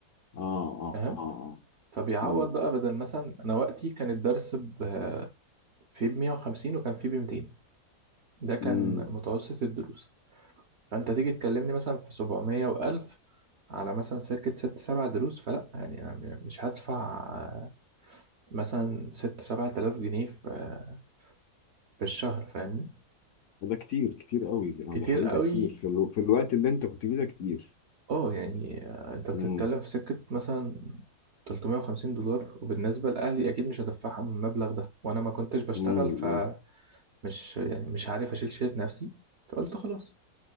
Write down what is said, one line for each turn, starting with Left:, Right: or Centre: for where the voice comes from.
Left: اه اه
Right: فاهم
Left: اه آه.
Right: فبيعوض
Left: امم
Right: بقى بدل مثلا أنا وقتي كان الدرس ب... فيه ب 150 وكان فيه ب 200 ده كان
Left: امم
Right: متوسط الدروس فانت تيجي تكلمني مثلا في 700 و1000 على مثلا سكة ست سبع دروس فلا يعني أنا م- مش هدفع آه، مثلا ست سبعة آلاف جنيه في آه، في الشهر فاهمني
Left: ده كتير كتير قوي اه
Right: كتير
Left: ده حقيقي
Right: قوي
Left: ده كتير في, الو... في الوقت اللي انت كنت فيه ده كتير
Right: اه يعني آه، أنت بتتكلم
Left: امم
Right: في سكة مثلا 350 دولار وبالنسبة لأهلي أكيد مش هدفعهم المبلغ ده وأنا ما كنتش بشتغل
Left: امم
Right: فمش يعني مش عارف أشيل شيء نفسي فقلت خلاص